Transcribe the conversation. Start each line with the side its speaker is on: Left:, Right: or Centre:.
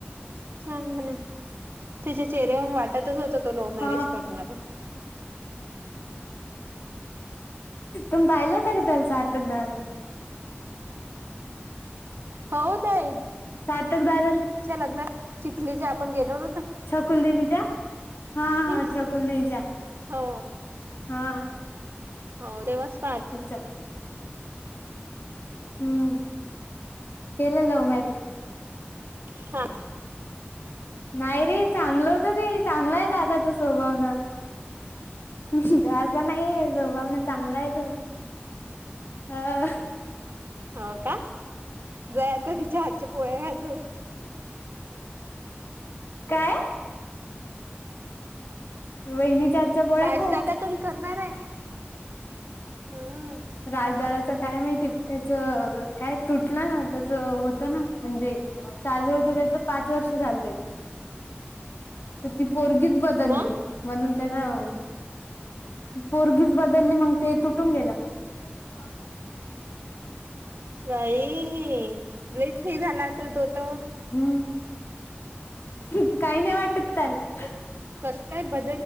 Right: चांग म्हणे तिच्या चेहऱ्याहून वाटतच होता तो लव्ह मॅरेज
Left: हा.
Right: करणारे ह.
Left: तुमयल तागतल सारतक दला
Right: हो ताई
Left: क दादा
Right: च्या लग्नात चिखलीच्या आपण गेलो नव्हतो
Left: कुल देवीच्या हा
Right: का? मी
Left: हा छकुल दचा
Right: हो
Left: हा
Right: हो दे वास्त
Left: तेच्याच हम्म. केलेला उ मर
Right: अच् हा.
Left: नाही रे चांगलं होतं ते चांगलाय दादा त स्वभावनं तो असा नाहीये जोगवण चांगला आहे तो हा.
Right: हो का जाय आता तिच्या हातच्या पोळ्या घाजू
Left: काय वहिनी चारचापोळाखव.
Right: राजदादा कधी करणार आहे हम्म
Left: राजदादाच काय माहिती त्याच काय तुटलं ना जेतच होतं ना म्हणजे. चालू होत त्या तर पाच वर्ष झालत तर ति. पोर्गीज बदलली
Right: मग
Left: म्हणून त्यां ना. पोर्गीज बदलले मग ते तुटून गेलं. असत.
Right: बाई तुच हे झालं असेल तो तर मग
Left: हम्म काही नाही वाटत ल
Right: काय ब.